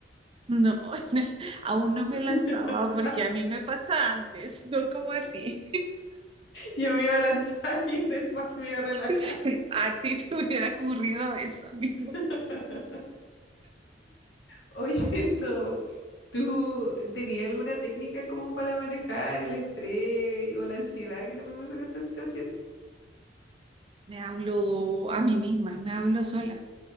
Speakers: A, on the right (about 30°); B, on the left (about 85°).
A: No, <laughs> aún no me lanzaba
B: <laughs>
A: porque a mí me pasa antes, <laughs> no como a ti.
B: Yo me iba a lanzar <laughs> y en el mar me iba a relajar.
A: <laughs> A ti te hubiera ocurrido eso, <laughs> amiga.
B: <laughs> Oye, esto, ¿tú tenías alguna técnica como para manejar el estrés o la ansiedad que te producen estas situaciones?
A: Me hablo a mí misma, me hablo sola.